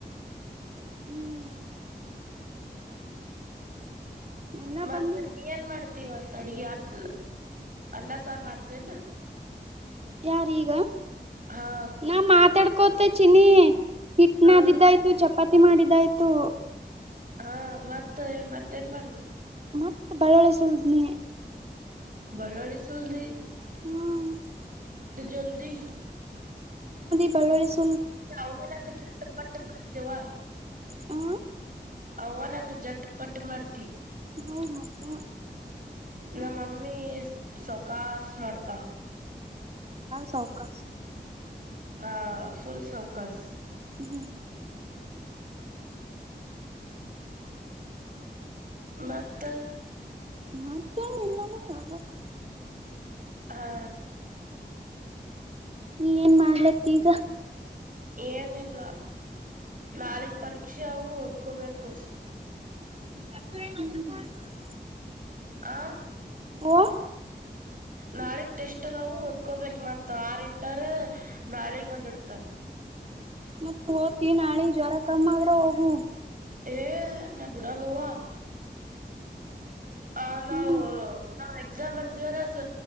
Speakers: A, on the right; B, on the right.
A: ಹ್ಮ್ ಇನ್ನ
B: ಮತ್ತೆ
A: ಬಂದಿಲ್ಲ
B: ನೀ ಏನ್ ಮಾಡಿದೆ ಇವತ್ತು ಅಡಗೆ ಅತ ಅನ್ನ ಸಾರ್ ಮಾಡ್ತೇನ
A: ಯಾರ್ ಈಗ
B: ಹಾ
A: ನಾ ಮಾತಾಡ್ ಗೋತ್ತ ಚಿನ್ನಿ ಹಿಟ್ನಾ
B: ಹಾ
A: ಬಿದೋಯ್ತು ಚಪಾತಿ ಚಾಪತಿ ಮಾಡಿದ್ದಾಯ್ತು
B: ಹಾ ಮತ್ತ ಮತ್ತೇನ್ ಮಾಡವಿ
A: ಮತ್ತ ಬಳ್ಳೊಳ್ಳಿಸುಲ್ದನಿ
B: ಬಲ್ಲೋಳಿ ಸುಲ್ದಿ
A: ಹ್ಮ್
B: ಜಲ್ದಿ
A: ಬ
B: ನವುರಾಗ ಜಟ್ಟ ಪಟ್ಟ ಕಡ್ತೇವಾ
A: ಹಾ
B: ಅವ ನಂಗ ಜಟ್ ಪಟ್ ಮಾಡ್ತಿ
A: ಹೌದು ಮತ್ತೆ
B: ನಮ್ಮಮ್ಮಿ ಸೌಕಾಸ ಮಾಡ್ತ
A: ಸೌಕಶ
B: ಹಾ ಫುಲ್ ಸೌಕಸ್
A: ಹ್ಮ
B: ಮತ್ತ
A: ಮತ್ತೇನ್ ಎಲ್ಲವೂ ಹೋಗಬೇಕು
B: ಹಾ
A: ನೀ ಏನ್ ಮಾಡ್ಲತ್ತ ಈಗ
B: ಏನ ಇಲ್ಲ ನಾಳಗ್ ಪರೀಕ್ಷೆವು ಓದ್ಕೋಬೇಕು
A: <inaudible>
B: ಆ
A: ಓ
B: ನಾಳಗ್ ಟೆಸ್ಟ್ ಅದಾವ ಒದಕೊಬೇಕ ಮತ್ ಆರ್ ಇಟ್ಟಾರ ನಾಳಿಗ್ ಒಂದ ಇಡ್ತಾರ
A: ಮತ್ ಹೋತಿ ನಾಳೆ ಜ್ವರ ಕಮ್ಮ ಆದ್ರೆ ಹೋಗುವ
B: ಏ ನಾ ಬಿಡಲ್ಲ ವಾ ಆ ನಾವು
A: ಹ್ಮ್
B: ನಾವ್ ಎಕ್ಸಾಮ್ ಬರ್ದವಲ್ಲ